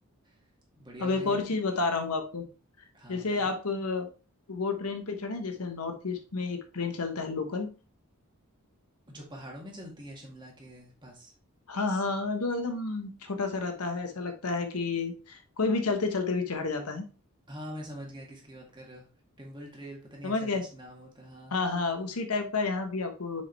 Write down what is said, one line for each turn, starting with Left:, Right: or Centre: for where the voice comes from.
Right: <laughs> बढ़िया
Left: अब
Right: हो
Left: एक
Right: गया
Left: और
Right: ये तो
Left: चीज बता रहा हूँ आपको
Right: हाँ
Left: जैसे
Right: बताइए
Left: आप अ, वो ट्रेन पे चढ़े जैसे नॉर्थ ईस्ट में एक ट्रेन चलता है लोकल
Right: जो पहाड़ों में चलती है शिमला के पास
Left: हाँ हाँ जो एकदम छोटा सा रहता है ऐसा लगता है कि कोई भी चलते चलते भी चढ़ जाता है
Right: हाँ मैं समझ गया किसकी बात कर रहे हो टिम्बल ट्रेल पता नहीं
Left: समझ
Right: ऐसा
Left: गए
Right: कुछ नाम होता है हाँ
Left: हाँ हाँ उसी टाइप का यहाँ भी आपको